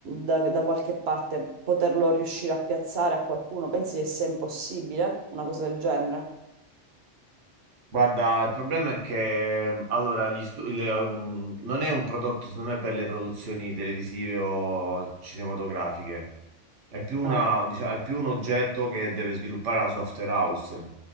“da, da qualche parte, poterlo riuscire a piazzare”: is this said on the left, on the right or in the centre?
Right